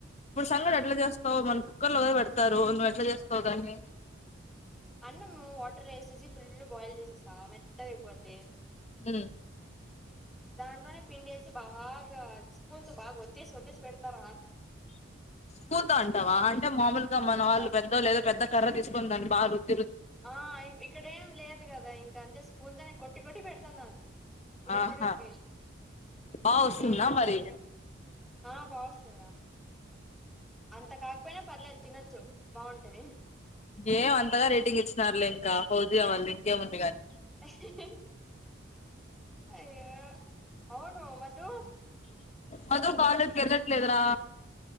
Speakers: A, on the left; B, in the centre.
A: ఇప్పుడు సంగటి ఎట్లా చేస్తావు మన కుుక్కర్లోద పెడతారు నువ్వు ఎట్లా చేస్తావు దాన్ని?
B: అన్నము వాటర్ వేసేసి ఫుల్ బాయిల్ చేసేస్త మెత్తగా అయిపోద్ది.
A: హ
B: దాంట్లోనే పిండి వేసి బాగా స్పూన్ త బాగా స్పూన్ తో బాగా వత్తేేసి వత్తేసి పెడతార
A: బుతు అంటావా అంటే మామూలుగా మన వాళ్ళు
B: ఆ
A: పెద్దోలు ఏదో పెద్ద కర్ర తీసుకుని దాన్ని బాగా రు
B: ఆ ఇక్కడ ఏం లేదు కదా ఇంకా అంటే స్పూన్ తోనే కొట్టి కొట్టి పెడుతున్నాను. రుద్ధి
A: ఆహా
B: రద్ధి
A: బాగా వస్తుందా
B: ఏం చేస్తున్నావ్
A: మరి
B: ఆ బా వస్తది నాకు అంత కాకపోయినా పర్లేదు తినొచ్చు బావుంటది.
A: ఏం అంతగా రేటింగ్ ఇచ్చినారులే ఇంక పౌజీయ వాళ్ళది. ఇంకేముంది కానీ
B: అహ్హ్హ్ అయ్య అవును మధు
A: మధు కాలేజ్కి ఎల్లట్లేదరా?